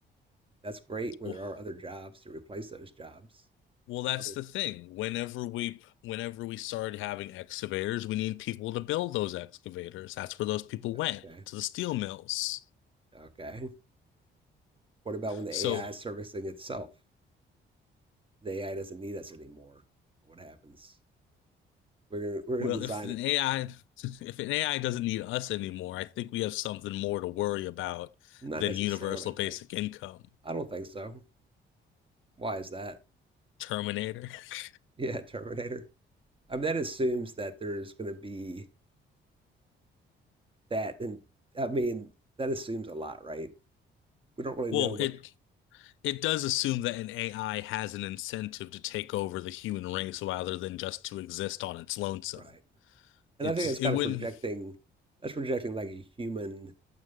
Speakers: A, on the right (about 25°); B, on the left (about 80°).
A: That's great when
B: Well,
A: there are other jobs to replace those jobs.
B: Well, that's
A: Other,
B: the thing. Whenever we whenever we started having excavators, we need people to build those excavators. That's where those people
A: okay.
B: went, to the steel mills.
A: Okay. What about when the
B: So,
A: AI is servicing itself? The AI doesn't need us anymore. What happens? We're we're going
B: well,
A: to design
B: if an
A: it.
B: AI <laughs> if an AI doesn't need us anymore, I think we have something more to worry about
A: Not
B: than
A: necessarily,
B: universal
A: right?
B: basic income.
A: I don't think so. Why is that? <laughs>
B: Terminator. <laughs>
A: Yeah, Terminator. I mean, that assumes that there's going to be that, and I mean, that assumes a lot, right? We don't really
B: Well,
A: know what,
B: it it does assume that an AI has an incentive to take over the human race rather than just to exist on its lonesome.
A: <laughs> right?
B: It's
A: And I think that's
B: it
A: kind
B: wouldn't
A: of projecting. That's projecting like a human